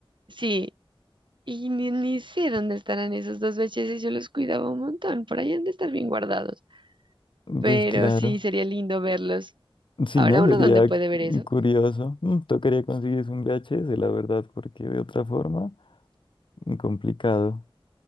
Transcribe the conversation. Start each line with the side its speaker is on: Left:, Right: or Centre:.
Right: sí, Y ni, ni sé dónde estarán esos dos VHS, yo los cuidaba un montón, por ahí han de estar bien guardados. Pero
Left: Ves, claro.
Right: sí, sería lindo verlos.
Left: Sí,
Right: Ahora
Left: ¿no?
Right: uno
Left: Sería
Right: dónde puede ver eso.
Left: curioso. Mm, Tocaría conseguir un VHS, la verdad, porque de otra forma, complicado.